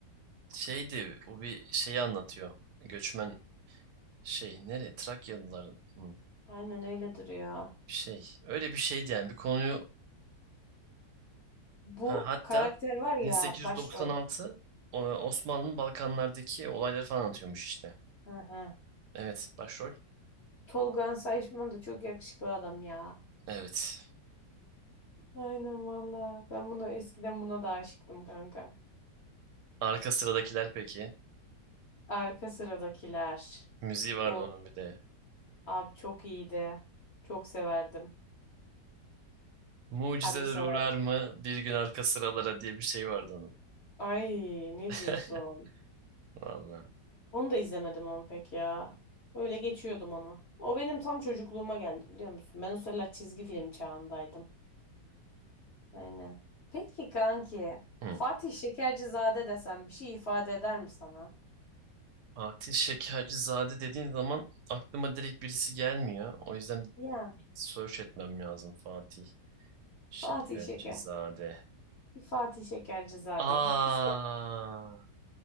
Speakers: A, on the right; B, on the left.
A: Şeydi bu bir şeyi anlatıyor. Göçmen şey nere Trakyalıların mı?
B: Aynen öyle duruyor.
A: Şey öyle bir şeydi yani bir konuyu
B: Bu
A: Ha, hatta
B: karakter var ya
A: 1896
B: başrol.
A: o- Osmanlı'nın Balkanlardaki olayları falan atıyormuş işte.
B: Hı hı.
A: Evet, başrol.
B: Tolga Sayışman da çok yakışıklı adam ya.
A: Evet.
B: Aynen valla. Ben bunu eskiden buna da aşıktım kanka.
A: Arka sıradakiler peki.
B: Arka sıradakiler.
A: Müziği vardı
B: O
A: onun bir de.
B: abi çok iyiydi. Çok severdim.
A: Mucizeler
B: Harbi severdim.
A: uğrar mı bir gün arka sıralara diye bir şey vardı onun.
B: Ay ne
A: <laughs>
B: diyorsun?
A: Vallahi.
B: Onu da izlemedim ama pek ya. Öyle geçiyordum onu. O benim tam çocukluğuma geldi biliyor musun? Ben o sıralar çizgi film çağındaydım. Aynen. Peki kanki,
A: Hı.
B: Fatih Şekercizade desem bir şey ifade eder mi sana?
A: Fatih Şekercizade dediğin zaman aklıma direkt birisi gelmiyor. O yüzden
B: Ya.
A: search etmem lazım Fatih Şekercizade.
B: Fatih Şeker. Bir Fatih Şekercizade.
A: Aa,
B: Bir, bir şey.